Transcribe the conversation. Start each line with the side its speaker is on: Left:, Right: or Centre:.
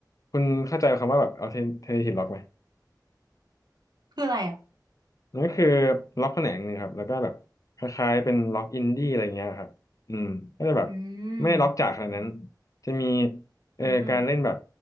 Left: คุณเข้าใจคำว่าแบบอัลเทอร์เนทีฟล็อกไหม
Right: คืออะไรอ่ะ
Left: นั่นก็คือล็อกแขนงหนึ่งครับแล้วก็แบบคล้ายๆเป็นล็อกอินดี้อะไรเงี้ยครับอืมก็จะแบบ
Right: อืม
Left: ไม่ได้ล็อกจ๋าขนาดนั้นจะมีเอ่อการเล่นแบบ
Right: อืม